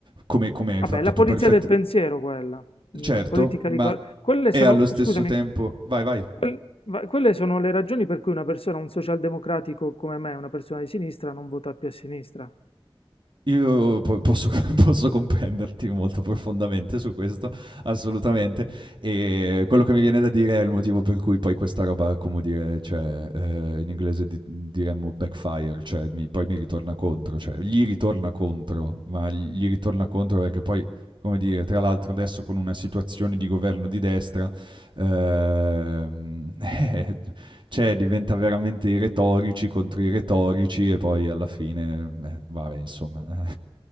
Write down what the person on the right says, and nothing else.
come, come hai
fatto
tu,
perfetto,
certo,
ma
e
allo stesso
tempo, vai, vai,
Io eh, po- posso, <laughs> posso comprenderti molto profondamente su questo, assolutamente. E quello che mi viene da dire è il motivo per cui poi questa roba, come dire, cioè, eh, in inglese di- diremmo backfire, cioè mi- poi mi ritorna contro, cioè gli ritorna contro, ma gli ritorna contro perché poi, come dire, tra l'altro adesso con una situazione di governo di destra, ehm, <laughs> eh, cioè diventa veramente i retorici contro i retorici e poi alla fine, eh, vabbè, insomma. <laughs>